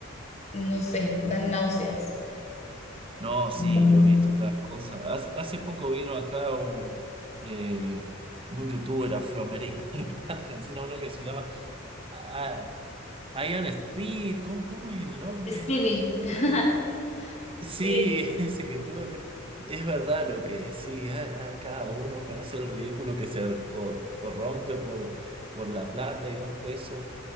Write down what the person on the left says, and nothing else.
no sé, dan náuseas.
Mm.
Speedy. <laughs>
Sí.